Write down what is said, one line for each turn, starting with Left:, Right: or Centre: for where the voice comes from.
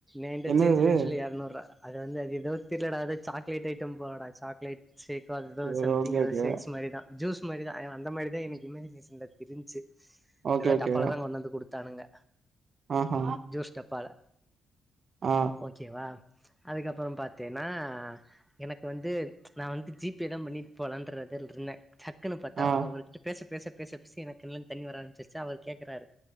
Centre: என்ட்ட
Right: என்னது
Centre: சேஞ்ச இல்லன்னு சொல்லி எர்நூரூவா அது வந்து அது ஏதோ தெர்லடா அது சாக்லேட ஐட்டம் போலடா சாக்லேட் சேக்கோ அது தா
Right: சேரி
Centre: சம்திங்
Right: ஓகே
Centre: ஏதா
Right: ஓகே
Centre: சேக்ஸ் மாரிதா ஜூஸ் மாரிதா எனக் அந்த மாரிதா எனக்கு இமஜினேஷன்ல தெரிஞ்சு
Right: ஓகே
Centre: ஏதா
Right: ஓகே
Centre: டப்பால தா கொண்டு வந்து குடுத் தானுங்க
Right: ஆஹா
Centre: ஜோஷ்டப்பால
Right: ஆ
Centre: ஓகேவா அதுக்கப்றோ பாத்தேனா எனக்கு வந்து நா வந்து ஜிபே தா பண்ணிட் போலன்றது இருந்த டக்குன்னு பாத்தா
Right: ஆ
Centre: அவங்க அவர்கிட்ட பேச பேச பேச பேச எனக்கு கண்லந்து தண்ணி வர ஆரமிச்சிர்ச்சா அவர் கேக்குறாரு